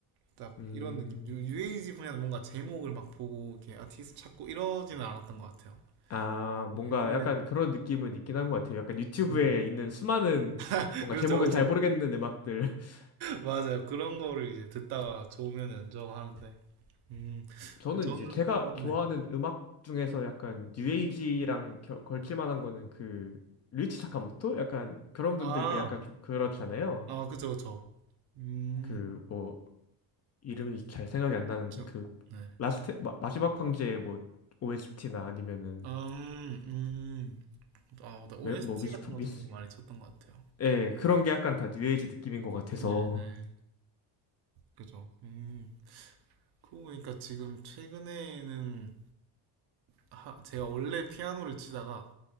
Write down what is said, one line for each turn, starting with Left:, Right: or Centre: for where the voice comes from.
Right: 딱
Left: 음.
Right: 이런 느낌. 유, 에이지 분야는 뭔가 제목을 막 보고 이렇게 아티스트 찾고 이러지는 않았던 것 같아요.
Left: 아,
Right: 네,
Left: 뭔가
Right: 근데
Left: 약간 그런 느낌은 있긴 한 것 같아요. 약간 유튜브에
Right: 음.
Left: 있는 수많은
Right: <laughs>
Left: 뭔가
Right: 그렇죠,
Left: 제목은
Right: 그렇죠.
Left: 잘 모르겠는 음악들. <laughs>
Right: 맞아요. 그런 거를 이제 듣다가 좋으면 연주하는데. 음,
Left: 저는
Right: 저는,
Left: 이제 제가
Right: 아,
Left: 좋아하는
Right: 네.
Left: 음악 중에서 약간 뉴에이지랑 겨- 걸칠 만한 거는 그 류이치 사카모토? 약간 그런
Right: 아,
Left: 분들께 약간 좀 그렇잖아요.
Right: 아, 그쵸, 그쵸. 음,
Left: 그뭐 이름이 잘 생각이 안 나는데
Right: 저,
Left: 그
Right: 네.
Left: 라스트 마, 지막 황제의 뭐 OST나 아니면은
Right: 음, 음. 아, 맞다. OST
Left: 멜- 뭐 미스터
Right: 같은 것도
Left: 미스
Right: 되게 많이 쳤던 것 같아요.
Left: 예 그런 게 약간 다 뉴에이지 느낌인 것 같아서
Right: 네, 네. 그죠. 음. 그러고 보니까 지금 최근에는 하, 제가 원래 피아노를 치다가